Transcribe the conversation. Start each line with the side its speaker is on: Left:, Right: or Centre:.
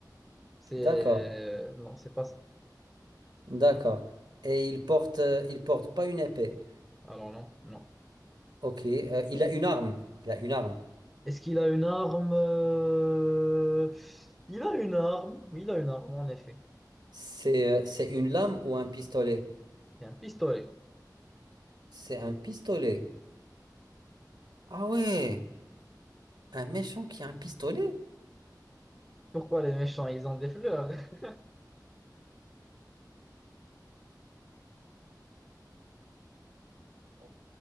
Centre: C'est...
Right: D'accord,
Centre: Non, c'est pas ça.
Right: d'accord. Et il porte, euh, il porte pas une épée.
Centre: Alors non, non.
Right: Ok. euh, il a une arme. Il a une arme.
Centre: Est-ce qu'il a une arme? euh, Il a une arme. Oui, il a une arme, en effet.
Right: C'est, euh, c'est une lame ou un pistolet?
Centre: C'est un pistolet.
Right: C'est un pistolet. Ah ouais, un méchant qui a un pistolet?
Centre: Pourquoi les méchants, ils ont des fleurs? <laughs>
Right: Ok,